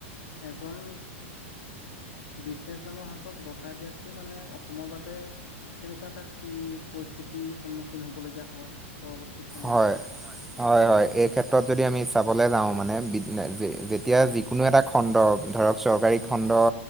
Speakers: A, on the left; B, in the centre.
A: এজন বিজনেচ মেনৰ হাতত গতাই দিয়াটো মানে অসমৰ বাবে কেনেকুৱা এটা কি পৰিস্থিতি সন্মুখীন হ'বলগীয়া হয় পৰৱৰ্তী সময়ত
B: হয়। হয়-হয়, এই ক্ষেত্ৰত যদি আমি চাবলৈ যাওঁ মানে যেতিয়া যিকোনো এটা খণ্ড ধৰক চৰকাৰী খণ্ড